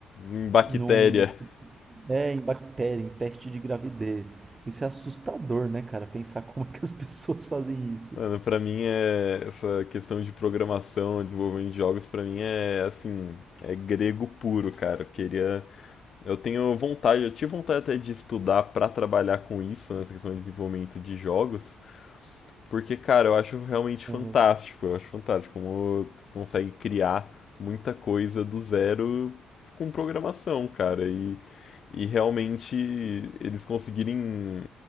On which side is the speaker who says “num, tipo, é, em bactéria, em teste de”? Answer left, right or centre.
Right